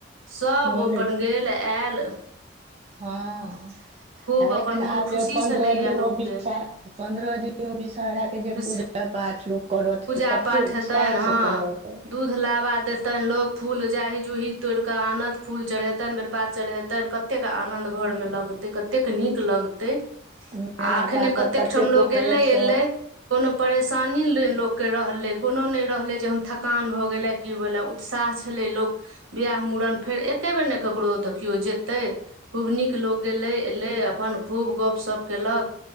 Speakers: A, on the right (about 80°); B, on the right (about 30°).
A: सब
B: मोन
A: अपन गेल आएल
B: हँ
A: खूब
B: आ
A: अपन
B: एखन
A: मोन
B: आब
A: खुशी
B: जे पन्द्रह
A: छलैए
B: दिन
A: लोकके
B: ओ विषारा पन्द्रह दिन ओ विषहराके जे
A: बिस
B: पूजा पूजा पाठ लोक करत
A: पूजा
B: कते
A: पाठ हेतनि
B: उत्साह
A: हँ
B: सऽ करत तइ
A: दूध लाबा देताइन लोग फूल जाही जूही तोड़ कऽ आनत फूल चढ़ेैतइन बेलपात चढ़ेैतइन क कतेक आनद घर मे लगतैय कतेक नीक लगतैय
B: मेना
A: आ एखने
B: पात पर
A: कतेक
B: कतेको
A: ठाम लोक गेलैय
B: एक सए
A: एलैय कोनो परेशानी नय लोक के रहलैय कोनो नय रहलैय जे हम थकान भऽ गेलैय कि भेलए उत्साह छलैय लोक वियाह मूड़न फेर एक्के बेर नय लोक ककरो तऽ किओ जेयतैय खूब नीक लोक गैलय एलैय अपन खूब गप्पशप्प केलक।